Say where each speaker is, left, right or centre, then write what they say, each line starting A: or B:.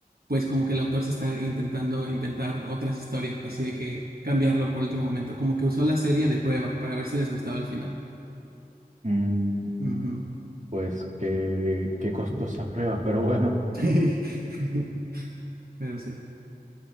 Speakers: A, on the right; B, on the right.
A: pues como que el autor se está intentando inventar otras historias, así de que cambiarlo por último momento, como que usó la serie de prueba para ver si les gustaba el final.
B: Mm,
A: Ujú.
B: pues qué, qué costosa prueba, pero bueno.
A: <laughs> Pero sí,